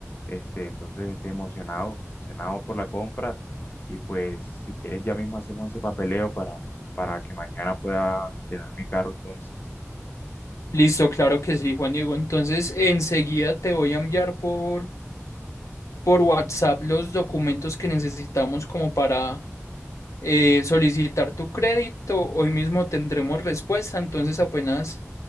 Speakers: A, on the left (about 45°); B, on the left (about 80°).
A: este, entonces estoy emocionado, emocionado por la compra. Y pues si quieres ya mismo hacemos ese papeleo para, para que mañana pueda tener mi carro entonces.
B: Listo, claro que sí, Juan Diego. Entonces, enseguida te voy a enviar por, por WhatsApp los documentos que necesitamos como para eh, solicitar tu crédito. Hoy mismo tendremos respuesta. Entonces apenas,